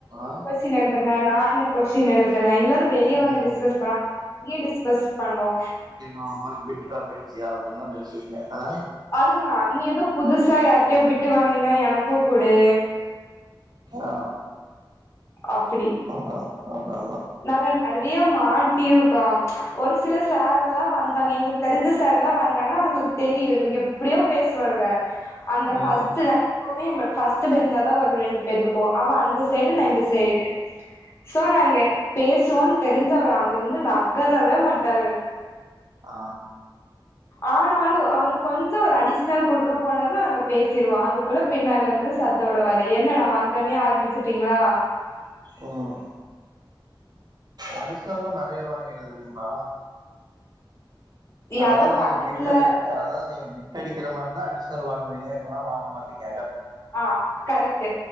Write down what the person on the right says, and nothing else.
ஆ
ம்
அவனா பாத் பிட் டுக்காபி அடிச்சியா அப்டின்ல்லா பேசுவீங்க ஆ
ஆ
அதா அதான் அதா
ம்
ம்
ஆ
ம் அடிஷனல்லா நெறைய வாங்கி எழுதுங்களா அதாவது
நீங்க
பிட்டடி ஆ அதா நீங்க டடிக்கிற மாறின அடிஷனல் வாங்குவீங்க இல்லனா வாங்க மாட்டீங்க